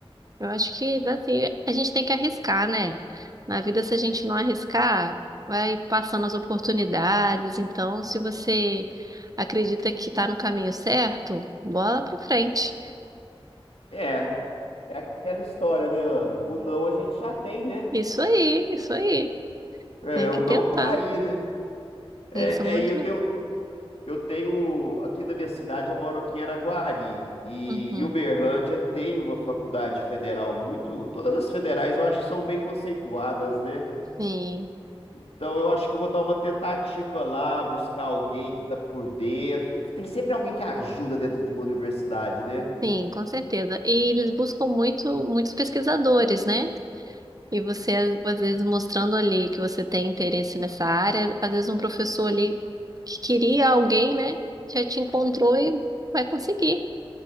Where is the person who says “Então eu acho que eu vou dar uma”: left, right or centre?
Left